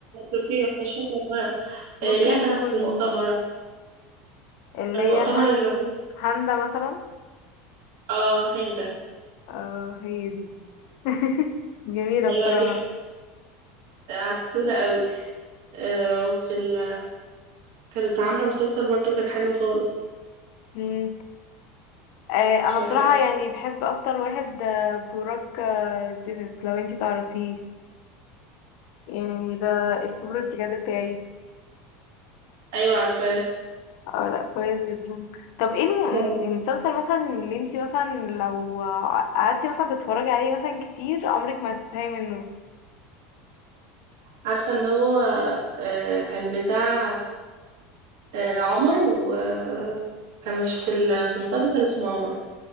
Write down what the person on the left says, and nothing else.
ممكن
تكون
اللي
هي هن...
هاندا مثلا
اه هي دي <laughs> جميلة
بصراحة
مم. آه، انا
بصراحة يعني بحب اكتر واحد آه، بوراك آه، دينيس لو انتي تعرفيه يعني ده الكبر بجد بتاعي
اه لا كويس جدا طب ايه الم-
المسلسل مثلا اللي انتي مثلا لو قعدتي مثلا تتفرجي عليه مثلا كتير عمرك ما هتزهقي منه